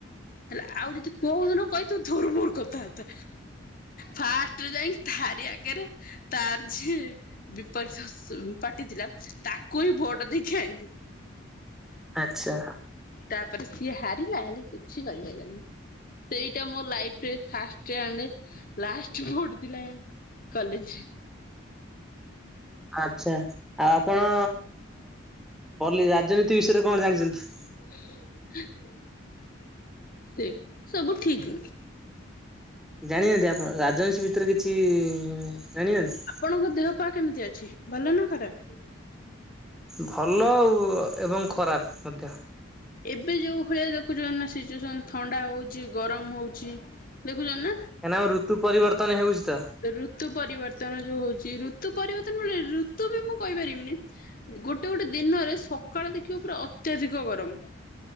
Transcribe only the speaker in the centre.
ଆଚ୍ଛା।
ଆଚ୍ଛା ଆଉ ଆପଣ କଲି ରାଜନୀତି ବିଷୟରେ କଣ ଜାଣିଛନ୍ତି?
ଜାଣିଚନ୍ତି ଆପଣ ରାଜନୀତି ଭିତରେ କିଛି ଜାଣିଚନ୍ତି?
ଭଲ ଆଉ ଏବଂ ଖରାପ ମଧ୍ୟ।
କାହିଁକି ନା ଆମ ଋତୁ ପରିବର୍ତନଉଛି ତ।